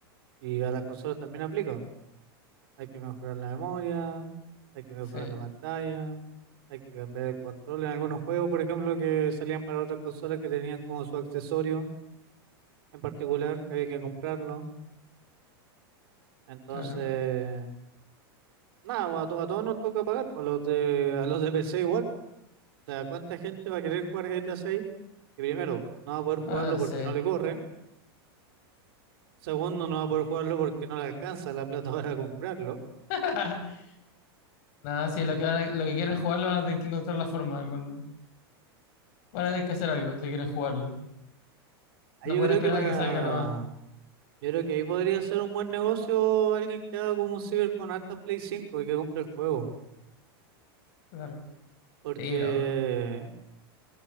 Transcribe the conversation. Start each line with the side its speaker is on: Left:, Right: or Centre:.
Right: y a la consola también aplica. hay que mejorar la memoria, hay que mejorar
Left: Sí,
Right: la pantalla, hay que cambiar el control. En algunos juegos, por ejemplo, que salían para otras consolas que tenían como su accesorio en particular, que había que comprarlo. Entonces,
Left: claro.
Right: nada, a, to- a todos nos toca pagar, pues, a los de, a los de PC igual. O sea, ¿cuánta gente va a querer jugar GTA 6? Que primero, no va a poder jugarlo
Left: Ah,
Right: porque
Left: sí.
Right: no le corre. Segundo, no va a poder jugarlo porque no le alcanza la plata <laughs> para comprarlo.
Left: <laughs> Nada, sí, los que, van a- los que quieren jugarlo van a tener que encontrar la forma. con- Van a tener que hacer algo si quieren jugarlo.
Right: Ah,
Left: No
Right: Yo
Left: pueden
Right: creo
Left: esperar
Right: que para
Left: a que salga nomás.
Right: Yo creo que ahí podría ser un buen negocio alguien que haga como un ciber con harta Play 5 y que compre el juego.
Left: Claro.
Right: Porque,
Left: Sí, pero